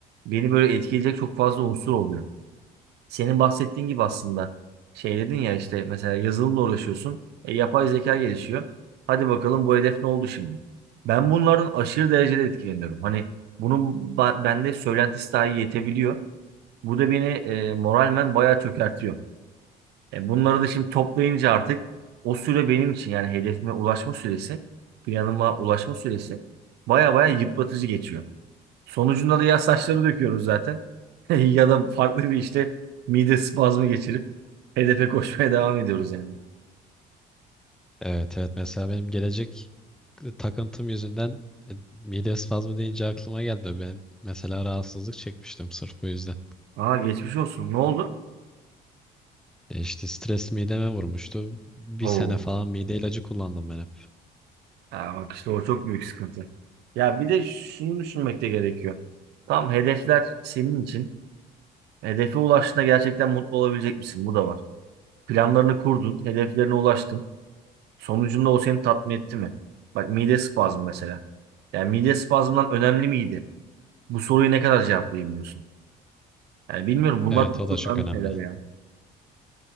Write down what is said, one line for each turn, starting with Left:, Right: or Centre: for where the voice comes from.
Right: beni böyle etkileyecek çok fazla unsur oluyor. Senin bahsettiğin gibi aslında şey dedin ya işte mesela yazılımla uğraşıyorsun. E, yapay zeka gelişiyor. Hadi bakalım bu hedef ne oldu şimdi? Ben bunlardan aşırı derecede etkileniyorum. Hani bunun ba- bende söylentisi dahi yetebiliyor. Bu da beni e, moralmen bayağı çökertiyor. E, bunları da şimdi toplayınca artık o süre benim için yani hedefime ulaşma süresi, planıma ulaşma süresi baya baya yıpratıcı geçiyor. Sonucunda da ya saçları döküyoruz zaten <laughs> ya da farklı bir işte mide spazmı geçirip hedefe koşmaya devam ediyoruz yani.
Centre: Evet evet mesela benim gelecek takıntım yüzünden e, mide spazmı deyince aklıma geldi. Ben mesela rahatsızlık çekmiştim sırf bu yüzden.
Right: Aa geçmiş olsun. Ne oldu?
Centre: E işte stres mideme vurmuştu. Bir
Right: Oo.
Centre: sene falan mide ilacı kullandım ben hep.
Right: Aa, bak işte o çok büyük sıkıntı. Ya bir de şunu düşünmek de gerekiyor. Tam hedefler senin için. Hedefe ulaştığında gerçekten mutlu olabilecek misin? Bu da var. Planlarını kurdun, hedeflerine ulaştın. Sonucunda o seni tatmin etti mi? Bak mide spazmı mesela. Yani mide spazmından önemli miydi? Bu soruyu ne kadar cevaplayabiliyorsun? Yani bilmiyorum bunlar
Centre: Evet
Right: çok
Centre: o da
Right: çok
Centre: çok
Right: önemli
Centre: önemli.
Right: şeyler ya.